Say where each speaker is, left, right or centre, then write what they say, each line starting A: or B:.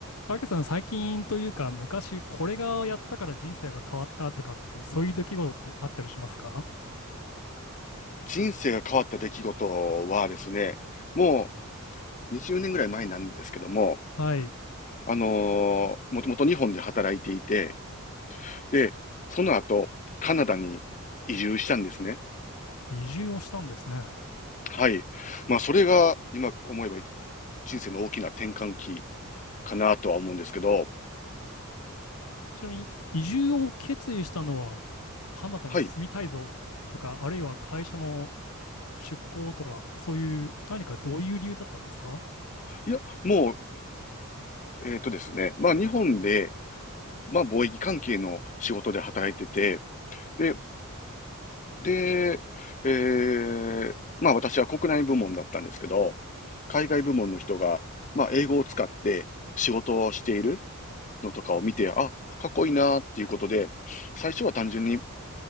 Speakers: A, on the left; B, on the left.
A: たけさん、最近というか、昔これがやったから人生が変わったとか、そういう出来事ってあったりしますか
B: 人生が変わった出来事はですね、もう20年ぐらい前なんですけども、
A: はい。
B: あのーもともと日本で働いていて、で、その後、カナダに移住したんですね。
A: 移住をしたんですね。
B: はい。まあ、それが、今思えば人生の大きな転換期かなとは思うんですけど、
A: ちなみに、移住を決意したのは、カナダに住みたいぞとか、
B: はい。
A: あるいは会社の出向とか、そういう、何かどういう理由だったんですか
B: いや、もう、えっとですね、まあ、日本で、まあ、貿易関係の仕事で働いてて、で、で、えーまあ私は国内部門だったんですけど、海外部門の人が、まあ英語を使って仕事をしているのとかを見て、あ、かっこいいなっていうことで、最初は単純に